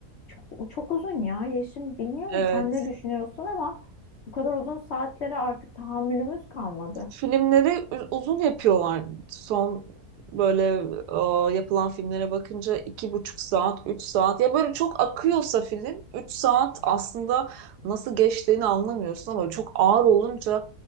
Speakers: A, on the left; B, on the right.
A: Çok, o çok uzun ya Yeşim. Bilmiyorum
B: Evet.
A: sen ne düşünüyorsun ama bu kadar uzun saatlere artık tahammülümüz kalmadı.
B: Filmleri uzun yapıyorlar. Son böyle e, yapılan filmlere bakınca iki buçuk saat, üç saat. Ya böyle çok akıyorsa film, üç saat aslında nasıl geçtiğini anlamıyorsun ama çok ağır olunca